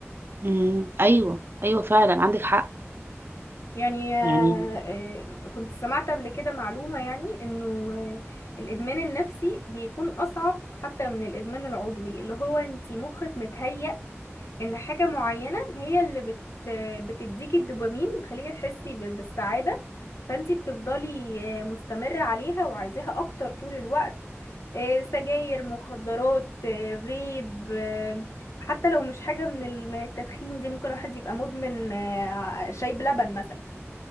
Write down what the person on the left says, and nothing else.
يعني آه،
آه، كنت سمعت قبل كده معلومة يعني انه آه، الادمان النفسي بيكون اصعب حتى من الادمان العضوي اللي هو انت مخك متهيأ ان حاجة معينة هي اللي بت بتديكي الدوبامين بتخليكي تحسي ب- بالسعادة فانتي بتفضلي آه، مستمرة عليها وعايزاها اكتر طول الوقت آه، سجاير مخدرات آه، فيب آه، حتى لو مش حاجة من ال- من التدخين دي ممكن واحد يبقى مدمن آه، شاي بلبن مثلا